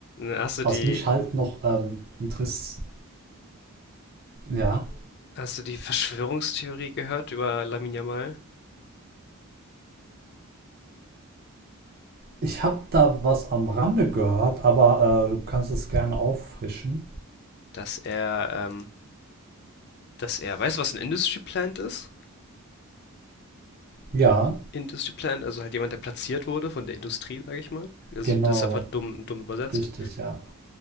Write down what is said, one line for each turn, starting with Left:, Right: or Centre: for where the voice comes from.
Left: Hast du
Right: Was
Left: die,
Right: mich halt noch ähm, interessiert, ja,
Left: hast du die Verschwörungstheorie gehört über Lamine Yamal?
Right: ich habe da was am Rande gehört, aber äh, du kannst es gerne auffrischen.
Left: Dass er ähm, Dass er weißt du, was ein Industry Plant ist?
Right: Ja,
Left: Industry Plant, also halt jemand, der platziert wurde von der Industrie, sage ich mal. Also,
Right: genau,
Left: das ist einfach dumm dumm übersetzt.
Right: richtig, ja.